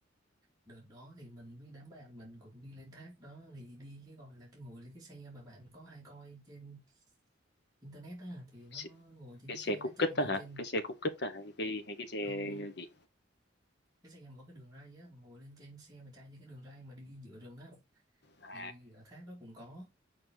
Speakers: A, on the right (about 20°); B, on the left (about 60°).
A: đợt đó thì mình với đám bạn mình cũng đi lên thác đó thì đi cái gọi là cái ngồi lên cái xe mà bạn có hay coi trên internet á thì nó
B: X
A: có ngồi trên
B: cái
A: cái
B: xe
A: xe
B: Cút
A: nó chạy
B: kích đó
A: từ
B: hả?
A: trên
B: Cái xe Cút Kít hay cái hay cái xe
A: không
B: gì?
A: cái xe mở cái đường ray á ngồi lên trên xe mà chạy trên cái đường ray mà đi giữa rừng á
B: À.
A: thì ở thác đó cũng có